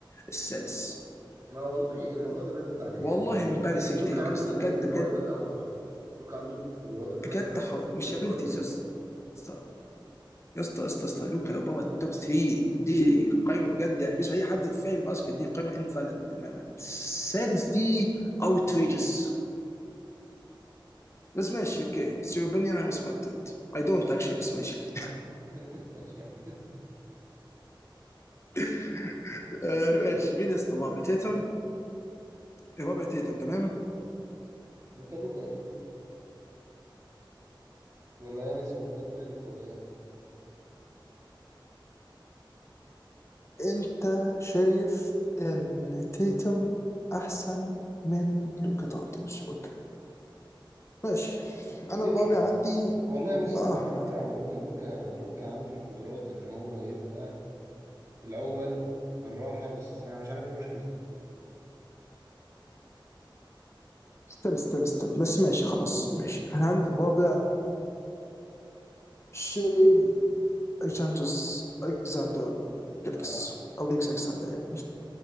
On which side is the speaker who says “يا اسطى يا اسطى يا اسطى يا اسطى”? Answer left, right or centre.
Left